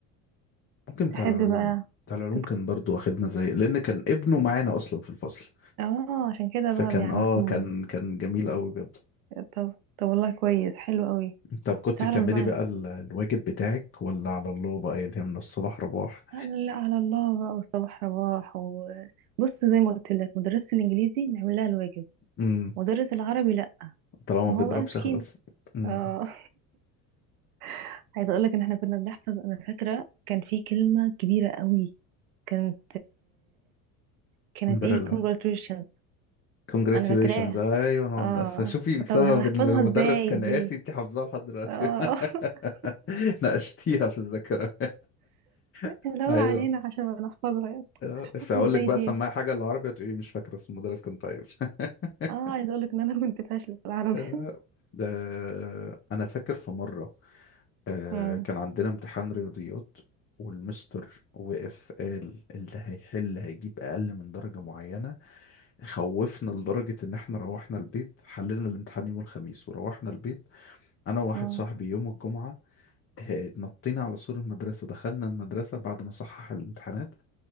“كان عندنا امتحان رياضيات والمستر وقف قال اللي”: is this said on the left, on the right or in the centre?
Left